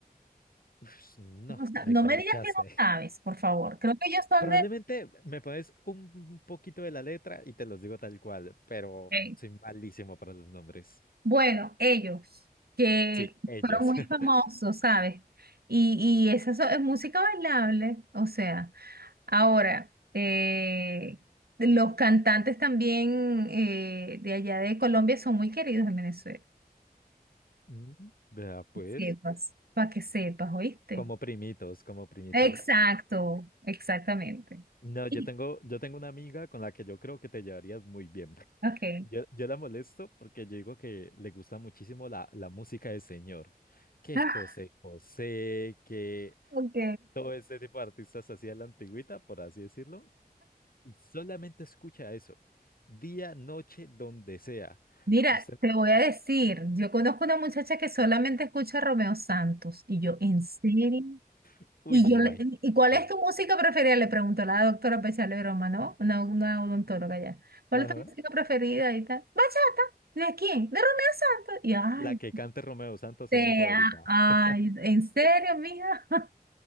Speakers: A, on the left; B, on the right.
A: uf, no,
B: No, sa-
A: me
B: no
A: corchaste.
B: me digas que no sabes, por favor. Creo que ellos son
A: Probablemente
B: de...
A: me pones un un poquito de la letra y te los digo tal cual, pero
B: Ok.
A: soy malísimo para los nombres.
B: Bueno, ellos, que
A: Sí, ellos.
B: fueron muy
A: <laughs>
B: famosos, ¿sabes? Y, y esa so- es música bailable, o sea. Ahora, eh, los cantantes también eh, de allá de Colombia son muy queridos en Venezuela.
A: Mm, Vea, pues,
B: Sepas, para que sepas, ¿oíste?
A: como primitos, como primitos.
B: Exacto, exactamente.
A: No, yo
B: Y-
A: tengo, yo tengo una amiga con la que yo creo que te llevarías muy bien. <laughs>
B: Ok.
A: Yo, yo la molesto porque yo digo que le gusta muchísimo la, la música del señor. Que
B: Ah,
A: José José, que
B: ok.
A: todo este tipo de artistas así de la antigüita, por así decirlo. Y solamente escucha eso. Día, noche, donde sea.
B: Mira,
A: Usted,
B: te voy a decir, yo conozco una muchacha que solamente escucha a Romeo Santos y yo, ¿en serio?
A: no,
B: Y
A: uy,
B: yo,
A: imagínate.
B: le- ¿y cuál es tu música preferida? Le preguntó la doctora Pechalero Roma, ¿no? Una, una odontóloga ya. ¿Cuál
A: Ajá.
B: es tu música preferida? Y tal. Bachata. ¿De quién? De Romeo Santos. Y ay,
A: La que cante Romeo Santos
B: te,
A: es mi favorita.
B: a- ay,
A: <laughs>
B: ¿en serio, mija? <laughs>